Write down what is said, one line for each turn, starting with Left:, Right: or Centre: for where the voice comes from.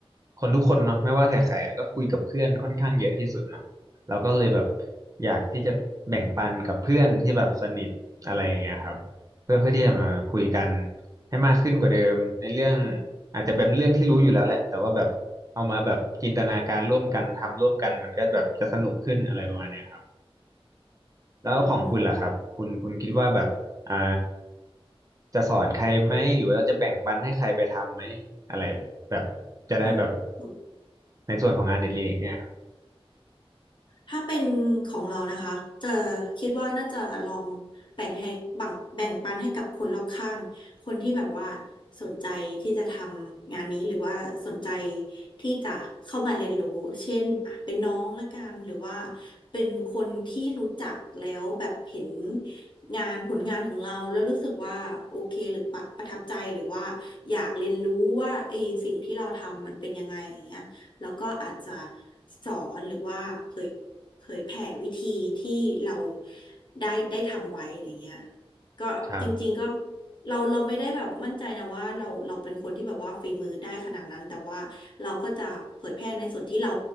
Right: คนทุกคนเนาะไม่ว่าใครๆอะก็คุยกับเพื่อนค่อนข้างเยอะที่สุดเนาะเราก็เลยแบบอยากที่จะแบ่งปันกับเพื่อนที่แบบสนิทอะไรอย่างเงี้ยครับเพื่อเพื่อที่จะมาคุยกันให้มากขึ้นกว่าเดิมในเรื่องอาจจะเป็นเรื่องที่รู้อยู่แล้วแหละแต่ว่าแบบเอามาแบบจินตนาการร่วมกันทำร่วมกันมันก็แบบจะสนุกขึ้นอะไรประมาณเนี้ยครับ แล้วของคุณล่ะครับคุณคุณคิดว่าแบบอ่า
Left: อืม
Right: จะสอนใครไหมหรือว่าเราจะแบ่งปันให้ใครไปทำไหมอะไรแบบจะได้แบบ
Left: อืม
Right: ในส่วนของงานเด็ดเล็กเนี่ย
Left: ถ้าเป็นของเรานะคะจะคิดว่าน่าจะลองแบ่งให้แบ่งแบ่งปันให้กับคนรอบข้างคนที่แบบว่าสนใจที่จะทำงานนี้หรือว่าสนใจที่จะเข้ามาเรียนรู้เช่นอ่ะเป็นน้องละกันหรือว่าเป็นคนที่รู้จักแล้วแบบเห็นงานผลงานของเราแล้วรู้สึกว่าโอเคหรือประประทับใจหรือว่าอยากเรียนรู้ว่าไอ้สิ่งที่เราทำมันเป็นยังไงอย่างเงี้ย แล้วก็อาจจะสอนหรือว่าเผยเผยแผ่วิธีที่เราได้ได้ทำไว้อะไรเงี้ยก็จริงๆก็
Right: ครับ
Left: เราเราไม่ได้แบบมั่นใจนะว่าเราเราเป็นคนที่แบบว่าฝีมือได้ขนาดนั้นแต่ว่าเราก็จะเผยแพร่ในส่วนที่เรา